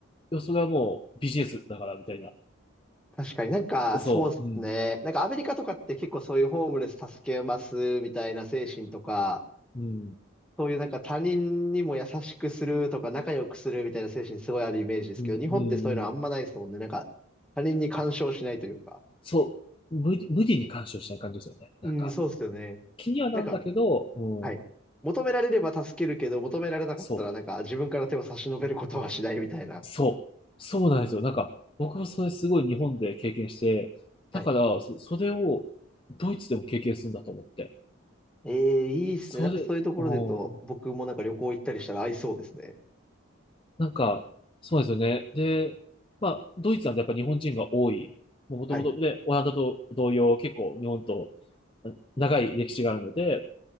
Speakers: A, on the left; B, in the centre.
A: いや、それはもうビジネスだからみたいな。
B: 確かになんか、
A: そう、
B: そうですね。
A: うん、
B: なんかアメリカとかって結構そういうホームレス助けますみたいな精神とか、
A: うん、
B: そういうなんか他人にも優しくするとか仲良くするみたいな精神すごいあるイメージですけど、
A: うん、
B: 日本ってそういうのあんまないですもんね。
A: うん、うん。
B: なんか他人に干渉しないというか。
A: そう、無理、無理に干渉しない感じですよね。なんか、
B: うん、そうですよね。
A: 気にはなんだけど、
B: なんか、
A: うん、
B: はい。求められれば助けるけど、求められなかったらなんか自分から手を差し伸べることはしないみたいな。
A: そう。そう。そうなんですよ。
B: うんうん
A: なんか、僕もそれすごい日本で経験して、だから、
B: はい。
A: そ、それをドイツでも経験するんだと思って。
B: ええいいですね。
A: それ、
B: なんかそういうところで言うと、
A: うん。
B: 僕もなんか旅行行ったりしたら合いそうですね。
A: なんか、そうなんですよね。で、まあ、ドイツなんてやっぱ日本人が多い。もともと、
B: はい。
A: で、オランダと同様、結構日本と長い歴史があるので、